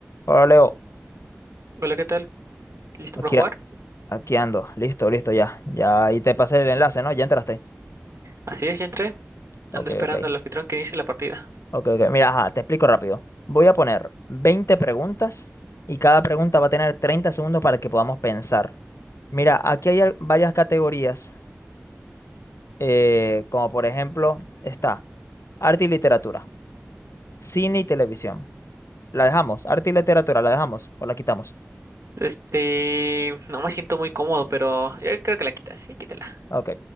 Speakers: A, on the left; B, on the right.
A: Hola Leo,
B: Hola, ¿qué tal? ¿Listo
A: aquí,
B: para jugar?
A: a- aquí ando, listo, listo ya, ya ahí te pasé el enlace, ¿no? Ya entraste.
B: Así es, ya entré.
A: Ok,
B: Ando esperando
A: ok,
B: al anfitrión que inicie la partida.
A: ok, ok. Mira, ajá, te explico rápido. Voy a poner 20 preguntas y cada pregunta va a tener 30 segundos para que podamos pensar. Mira, aquí hay al- varias categorías, eh, como por ejemplo está arte y literatura, cine y televisión. ¿La dejamos? ¿Arte y literatura la dejamos o la quitamos?
B: Este, no me siento muy cómodo, pero yo creo que la quitas. Sí, quítala.
A: Ok.